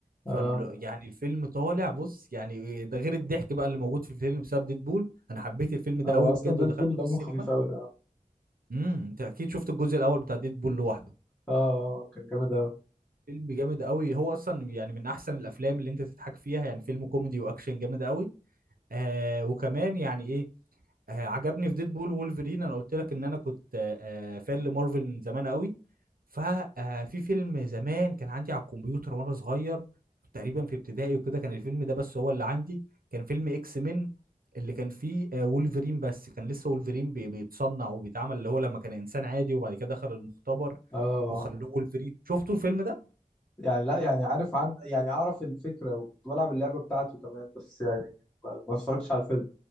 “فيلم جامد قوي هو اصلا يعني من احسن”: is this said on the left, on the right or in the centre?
Right